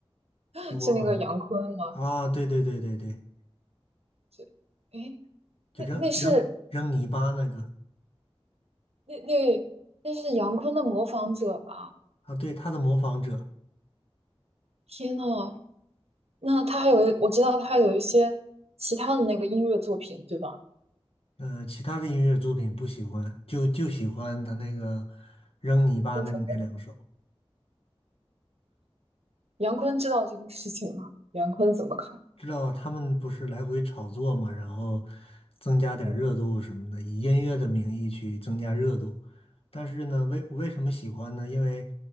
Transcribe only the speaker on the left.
听过吗？
啊，对对对对对，
就扔扔扔泥巴那个
啊，对，他的模仿者，
呃，其他的音乐作品不喜欢，就就喜欢他那个扔泥巴那那两首，
知道他们不是来回炒作嘛，然后增加点热度什么的，
以音乐的名义去增加热度，但是呢，为为什么喜欢呢？因为